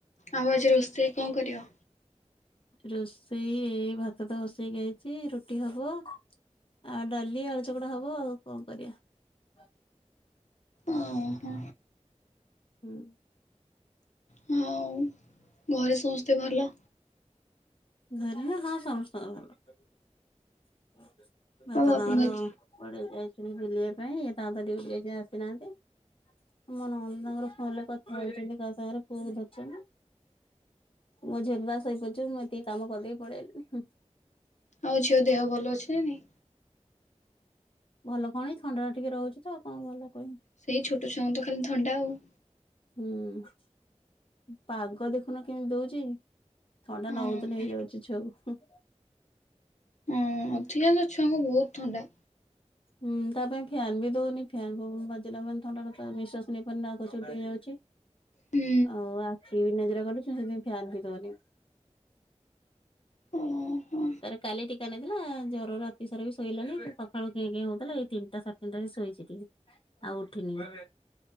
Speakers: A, on the left; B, on the left.
A: ଆଉ ଆଜି ରୋଷେଇ କଣ କର।
B: ରୋଷେଇ ଏଇ ଭାତ ତ ବଷେଇ ଯାଇଛି ରୁଟି ହବ। ଆଉ ଡାଲି ଆଳଚଗଡା ହବ ଆଉ କଣ କରିବା। <unintelligible>
A: ଓହୋ
B: ହୁଁ।
A: ହଉ। ଘରେ ସମସ୍ତେ ଭଲ।
B: ଧାରନ ହଁ ସଂସାର । ବାପା
A: ଆଉ ଆପଣଙ୍କ
B: ତାଙ୍କର ପେଇ ଯାଇଛନ୍ତି ବୁଲିବା ପାଇଁ ଏ ତାଙ୍କ ତଡ ଯାଇ ଆସିନାହାନ୍ତି। ମୋ ନ ତାଙ୍କର ଫୋନରେ କଥାଛନ୍ତି ସାଙ୍ଗରେ ପୁଅକୁ ଧରିଛନ୍ତି। ମୋ ଝିଲ ବାସ ହେଇପାରୁଛ ମୁଁ ଟିକେ କାମ କର ପଳେଇଲିି।
A: ଆଉ ଝିଅ ଦେହ ଭଲ ଅଛିି
B: ଭଲ କଣ ଏଇ ଥଣ୍ଡା ଟିକେ ରହୁଛି ତ ଆ କଣ ଭଲ କହିମି।
A: ସେଇ ଛୋଟ ଛୁଆ ତ ଖାଲି ଥଣ୍ଡା ଆଉ
B: ହୁଁ ପାଗ ଦେଖୁନ କେମିତି ଦଉଛି ଥଣ୍ଡା
A: ହଁ।
B: ନ ହଉଦନ ହେଇଯାଉଛି ଛୁଆକୁ
A: ହଁ ଅଧିକାଂଶ ଛୁଆଙ୍କୁ ବହୁତ ଥଣ୍ଡା
B: ହୁଁ ତା ପାଇଁ ଫ୍ୟାାନ ବି ଦଉନି ଫ୍ୟାାନ ବାଜିଲା ମ ଥଣ୍ଡା ନିଶ୍ୱାସ ନେଇ ପାରୁନି ନାଗ ଛଟ ହେଇଯାଉଛି
A: ହୁଁ।
B: ଆଉ ଆଖି ବି ନଜର ଦ ଫାନ ବି ଦଉନି
A: ଓହୋ
B: ତାର କାଲି ଟିକା ନେଇଥିଲା ଜରର ସାର ବି ଶୋଇଲାଣି ସକାଳୁ କେହି କେହି ହଉଥିଲା ଏଇ ତିନିଟା ଢେ ତିିଟା ଶୋଇଛିିକ ଆଉ ଉଠିନି ହ